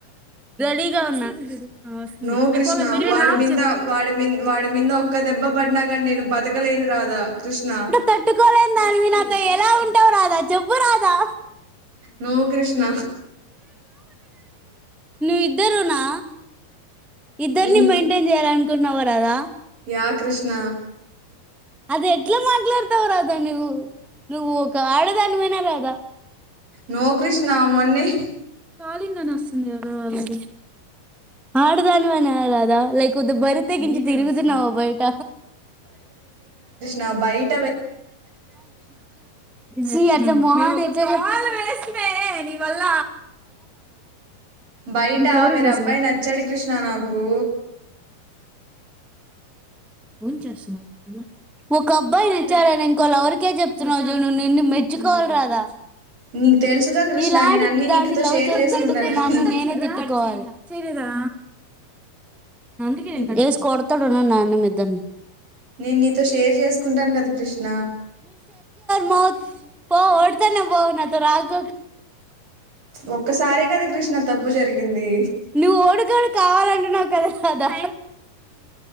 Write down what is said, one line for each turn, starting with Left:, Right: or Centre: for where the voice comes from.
Centre: రిగా ఉన్న ఆ వస్తుంది
Right: నో
Centre: మేమంతా
Right: కృష్ణ వాడి మీద వాడి మీద వాడి మీద ఒక్క దెబ్బ పడినా కానీ నేను బతకలేను రాదా కృష్ణ
Centre: తట్టుకోలే నాతో ఎలా ఉంటావు రాధా చెప్పు రాధా
Right: నువ్ కృష్ణ
Centre: నీ ఇద్దరునా ఇద్దరిని
Right: ఏంది
Centre: మెయింటైన్ చేయ్యాల అనుకుంటన్నావ రాధా
Right: ఎహ్ కృష్ణ
Centre: అది ఎట్లా మాట్లాడతావు రాధా నువ్వు నువ్వు ఒక ఆడదానివేనా గదా
Right: నో క్రిష్ణ మొన్ననే
Centre: కాలింగ్ అనస్తుంది అలాది ఆడదానివేనాకదా లైక్! !!!!!!! తిరుగుతున్నావ బయట
Right: నా బైట్
Centre: చి అట్లా మొఖం తాళం వేసి ని వల్ల
Right: బయట
Centre: ఇంకెవరు
Right: వేరే
Centre: చేసేది
Right: అబ్బాయి నచ్చాడు కృష్ణ నాకు
Centre: ఎం చేస్తున్నావ్ ఒక అబ్బాయిని ఇచ్చాడని ఇంకో లవర్ కి చెప్తునవ్ చూడు నువ్వు నిన్ మెచ్చుకోవాలి రాధా
Right: నీకు తెలుసుగా కృష్ణ
Centre: నీలాంటి
Right: నేను అన్ని
Centre: దాన్ని
Right: నీకుతో
Centre: లవ్
Right: షేర్
Centre: చేసినందుకు
Right: చేసుకుంటానని
Centre: నన్నూ నేన్నే తిట్టుకోవాలి చేయలేదా అ
Right: నీ-
Centre: ఏసి కొడతాడున్న నాన్న మీ ఇద్దరిని
Right: నేను నీతో షేర్ చేసుకుంటాను కదా కృష్ణ
Centre: మ పో వాడితోనే పో నాతో రాగ
Right: ఒక్కసారి కదా కృష్ణ తప్పు జరిగింది
Centre: నువ్వు వాడికోడు కావాలంటున్నావ్ కదా రాధా